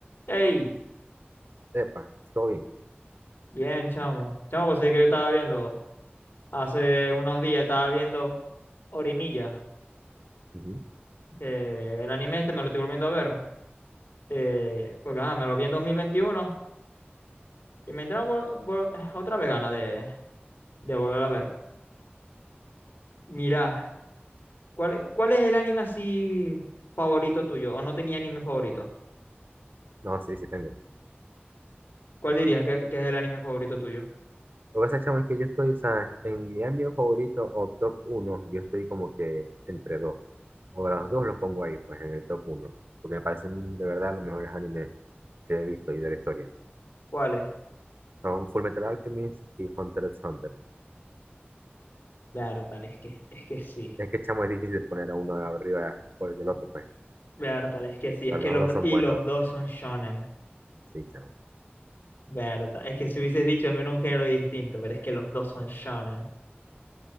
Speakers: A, on the left; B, on the right.
A: Ey,
B: Epa, todo bien.
A: bien, chamo. Chamo, pues es que yo estaba viendo, hace unos días estaba viendo Orimilla,
B: Ujú.
A: que el anime este me lo estoy volviendo a ver, eh, porque ajá, me lo vi en 2021 y me entraron vol- vol- eh, otra vez ganas de, de volver a ver. Mirá, ¿cuál, es- cuál es el anime así favorito tuyo? ¿O no tenía anime favorito?
B: No, sí, sí tengo.
A: ¿Cuál dirías que, que es el anime favorito tuyo?
B: Lo que pasa, chamo, es que yo estoy, o sea, en mi ámbito favorito o top uno. yo estoy como que entre dos. O los dos los pongo ahí, pues en el top uno, Porque me parecen de verdad los mejores animes que he visto y de la historia.
A: ¿Cuál es?
B: Son Fullmetal Alchemist y Hunter x Hunter.
A: Bertal, es que, es que sí.
B: Es que, chamo, es difícil poner a uno arriba por el del otro, pues. O
A: Bertal, es que sí.
B: sea,
A: Es que
B: los
A: los,
B: dos son
A: y
B: buenos.
A: los dos son shonen.
B: Sí, chamo.
A: Verdad, es que si hubieses dicho al menos un género distinto, pero es que los dos son shonen.